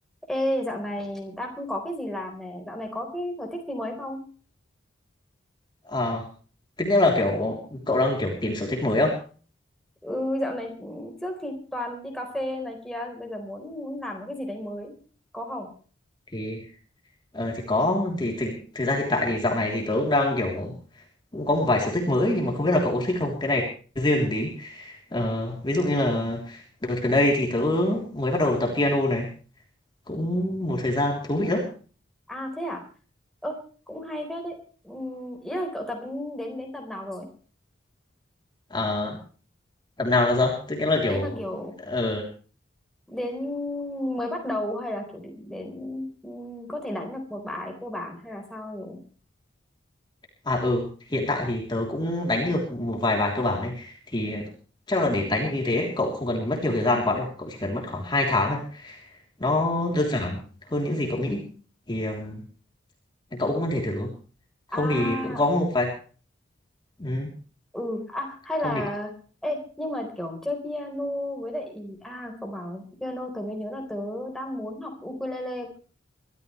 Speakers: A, in the centre; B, on the left.
A: Ê, dạo này đang không có cái gì làm này, dạo này có cái sở thích gì mới không?
B: À, tức nghĩa là, kiểu, cậu đang, kiểu, tìm sở thích mới á?
A: Ừ, dạo này ừ, trước thì toàn đi cà phê này kia, bây giờ muốn muốn làm một cái gì đấy mới, có không?
B: Thì, ờ, thì có, thì thực thực ra hiện tại thì dạo này thì tớ cũng đang, kiểu, cũng có một vài sở thích mới nhưng mà không biết là cậu có thích không? Cái này riêng tí. Ờ, ví dụ như là đợt gần đây thì tớ mới bắt đầu tập piano này, cũng một thời gian thú vị lắm.
A: À thế à? Ơ, cũng hay phết đấy. Ừm, ý là cậu tập đến đến đến tầm nào rồi?
B: À, tập nào là sao? Tức nghĩa là, kiểu,
A: Ý là kiểu
B: ờ,
A: đến mới bắt đầu hay là kiểu đến, đến ừm, có thể đánh được một bài cơ bản hay là sao rồi?
B: à, ừ, hiện tại thì tớ cũng đánh được một vài bài cơ bản đấy thì chắc là để đánh được như thế cậu không cần mất nhiều thời gian quá đâu, cậu chỉ cần mất khoảng hai tháng Nó đơn giản hơn những gì cậu nghĩ, thì, ừm, cậu cũng có thể thử. Không
A: À,
B: thì cũng có một vài ừm,
A: ừ à hay
B: không
A: là
B: thì
A: ê nhưng mà kiểu chơi piano với lại à cậu bảo piano tớ mới nhớ là tớ đang muốn học ukulele